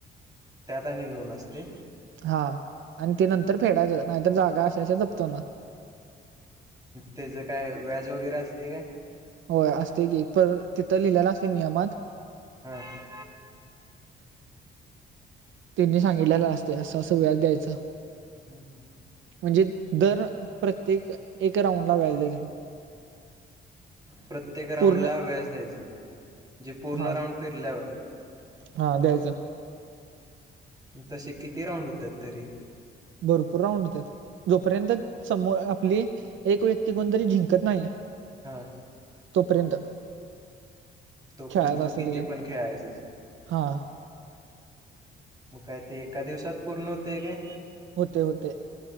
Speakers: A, on the right (about 20°); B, on the right (about 75°).
A: त्यात आणि लोन असतय.
B: हा आणि ते नंतर फेडायचं नाहीतर जागा अशाशा जप्त होणार..
A: तेच काय व्याज वगैरे असतय काय?
B: होय असतय की प तिथं लिहिलेला असतय नियमात
A: हा
B: तेनी सांगितलेलं असतय असं अस व्यास द्यायच..
A: हम् हम्
B: म्हणजे दर प्रत्येक एक राऊंडला व्याज द्यायचं.
A: प्रत्येक राऊंड
B: पूर्ण
A: ला व्याज द्यायच जे पूर्ण
B: हा
A: राऊंड फिरल्यावर.
B: हा द्यायचं.
A: तसे किती राऊंड होतात तरी
B: भरपूर राऊंड होत्यात. जोपर्यंत समोर आपली एक व्यक्ती कोणतरी जिंकत नाही
A: हा
B: तोपर्यंत
A: तोपर्यंत
B: खेळायचं
A: तू
B: असतय
A: किती
B: तेच्यात,
A: पण खेळायचंस
B: हा
A: मग काय ते एका दिवसात पूर्ण होतय काय?
B: होतय होतय